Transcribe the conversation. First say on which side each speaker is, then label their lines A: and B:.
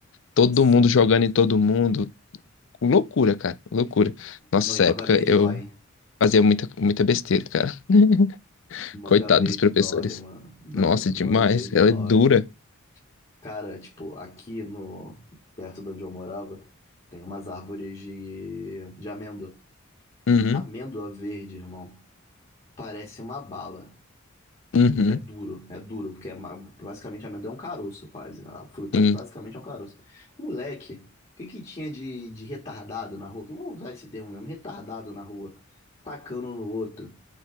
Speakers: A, on the left; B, on the left.
A: Todo
B: Sabia.
A: mundo jogando em todo mundo, Loucura, cara, loucura. Nossa,
B: Não,
A: essa
B: e manga
A: época
B: verde
A: eu
B: dói, hein?
A: fazia muita, muita besteira, cara. <laughs>
B: Manga
A: Coitado
B: verde
A: dos professores.
B: dói, mano. Dona
A: Nossa,
B: manga
A: demais.
B: verde
A: Ela
B: dói,
A: é dura.
B: velho. Cara, tipo, aqui no perto de onde eu morava, tem umas árvores de de amêndoa.
A: Uhum,
B: Amêndoa verde, irmão. Parece uma bala.
A: uhum,
B: É duro, é duro, porque é ma- basicamente amendoim é um caroço, quase. A fruta
A: sim.
B: basicamente é um caroço. Moleque, o que que tinha de, de retardado na rua? Que eu vou usar esse termo mesmo, retardado na rua, tacando um no outro